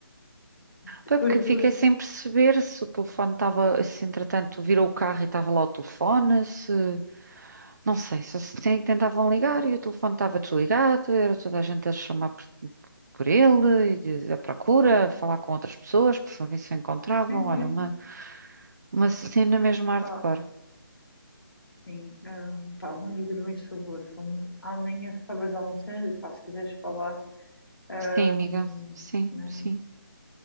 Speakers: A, on the left (about 80°); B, on the right (about 50°).
A: depois
B: Pá, é porque fiquei
A: do acidente.
B: sem perceber se o telefone estava, se entretanto virou o carro e estava lá o telefone, se... Não sei, só se tem- tentavam ligar e o telefone estava desligado, era toda a gente a chamar por, por ele, e a procura, a falar com outras pessoas, por não ver se o encontravam.
A: Sim,
B: Olha,
A: sim,
B: uma, uma cena mesmo hardcore.
A: pá. Sim, ah, pá, vamos dormir sobre o assunto. Amanhã sabes alguma cena, pá, se quiseres falar. Ahm,
B: Sim, amiga. Sim,
A: né?
B: sim.